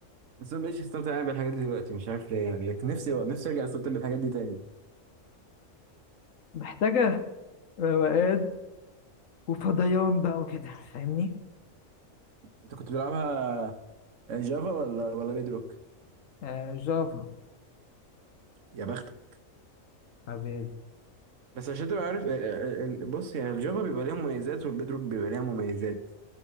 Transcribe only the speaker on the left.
محتاجة روقان وفضيان بقى وكده فاهمني
آه جافا
حبيبي